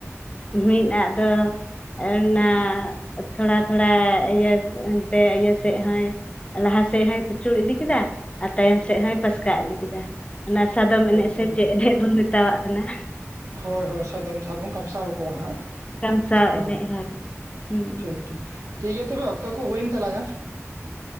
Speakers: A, on the left; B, on the right.
A: ᱢᱤᱫ ᱟᱫ ᱫᱚ- ᱚᱱᱟ ᱛᱷᱚᱲᱟ ᱛᱷᱚᱲᱟ ᱤᱭᱟᱹ ᱮᱱᱛᱮᱫ ᱤᱭᱟᱹ ᱥᱮᱫ ᱦᱚᱸᱭ ᱞᱟᱦᱟᱥᱮᱫ ᱦᱚᱭ ᱠᱩᱪᱩᱲ ᱤᱫᱤ ᱠᱮᱫᱟ ᱟᱨ ᱛᱟᱭᱚᱢ ᱥᱮᱫ ᱦᱚᱭ ᱯᱟᱥᱠᱟ ᱤᱫᱤ ᱠᱮᱫᱟ ᱚᱱᱟ ᱥᱟᱫᱚᱢ ᱮᱱᱮᱡ
B: ᱮᱠᱫᱚᱢ
A: ᱥᱮ
B: ᱮᱠᱫᱚᱢ
A: ᱪᱮᱫ ᱮᱱᱮᱡ ᱵᱚᱱ ᱢᱮᱛᱟᱣᱟᱜ ᱠᱟᱱᱟ
B: ᱦᱳᱭ ᱦᱳᱭ ᱥᱟᱫᱚᱢ ᱡᱟᱦᱟᱵᱩᱱ ᱠᱟᱢᱥᱟᱣ ᱠᱚᱣᱟ ᱦᱟᱸᱜ
A: ᱠᱟᱢᱥᱟᱣ
B: ᱦᱳᱭ
A: ᱮᱱᱮᱡ
B: ᱦᱳᱭ
A: ᱦᱳᱭ
B: ᱴᱷᱤᱠ ᱴᱷᱤᱠ ᱜᱮᱭᱟ ᱛᱚᱵᱮ ᱚᱠᱛᱚ ᱠᱚ ᱦᱩᱭᱮᱱ ᱛᱟᱞᱟᱝᱼᱟ